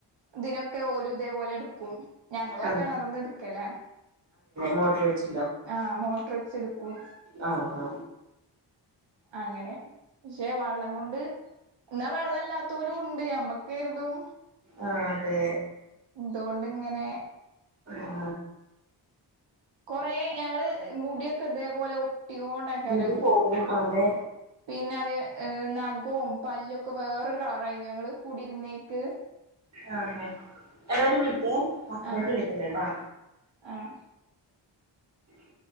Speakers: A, on the right; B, on the right.
A: ഇതിനൊക്കെ ക്കെ ഓലും ഇതേപോലെ എടുക്കും ഞങ്ങളൊക്കെ
B: ആ
A: ഇ കിണറ്ന്ന് എടുക്കലാ
B: മോട്ടർ <unintelligible>
A: ആ മോട്ടർ വച്ച്ട്ക്കും
B: ആ ആ
A: അങ്ങനെ പക്ഷെ വള്ളങ്ങൊണ്ട് ന്നാ വെള്ളമല്ലാത്തോലും ണ്ട് നമ്മ കെര്തും
B: ആ അതെ
A: ന്തോണ്ട് ഇങ്ങനെ
B: ആ
A: കൊറെ ഞങ്ങള് മുടിയൊക്കെ ഇതേപോലെ ഒട്ടിയോണ്ടാക്കാരം
B: മുടി പോവും അതെ
A: പിന്നെ അതെ നഖവും പല്ലൊക്കെ വേറൊരു കളറായിരുന്നു ഞങ്ങൾ കുടിരുന്നേ ക്ക്
B: ആ ആ എടാ ഒരു മിനിറ്റ് ബഡ
A: ആഹ്
B: <unintelligible> വിളിക്കണ്ടട്ടാ
A: ആഹ്
B: <inaudible>